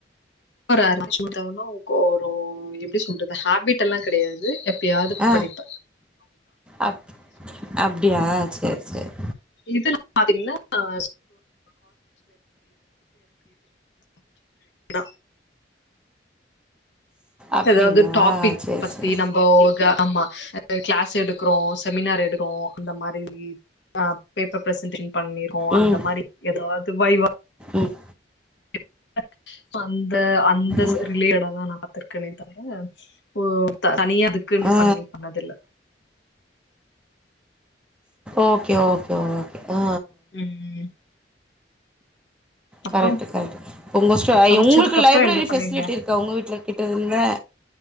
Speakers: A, on the left; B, in the centre.
A: <unintelligible> எப்டி சொல்றது ஹேபிட் எல்லா கிடையாது. எப்பயாவது
B: அ
A: படிப்ப
B: அப் அப்டியா சேர் சேர்.
A: இதெல்லா பாத்தீங்கன்னா ஆ <inaudible>
B: அப்டிங்களா
A: ஏதாவது டாபிக்
B: சேரி
A: பத்தி
B: சேரி
A: நம்போ க நம்ம கிளாஸ் எடுக்குறோ செமினார் எடுக்கோ அந்த மாரி ஆஹ் பேப்பர் ஃப்சன்டிங் பண்ணிகோ
B: ம்
A: அந்த மாரி ஏதாது வைவா
B: ம்
A: <unintelligible> அந்த அந்த
B: ம்
A: ச ரிலேடடா தா நா பத்திருக்கேனே தவிர ஓ தனிய அதுக்குன்னு
B: ஆ
A: பண்ணி பண்ணதில்ல.
B: Okay okay okay. ஆ
A: உம். அப்புறம்
B: கரட்டு கரட்டு மோசட் அ
A: சமைச்சதுக்கு
B: உங்குல்கு
A: அப்புறம்
B: லைப்ரெரி
A: என்ன பண்ணுவீங்க
B: பெசிலிட்டி இருக்க உங்க வீட்ல கிட்ட இருந்த.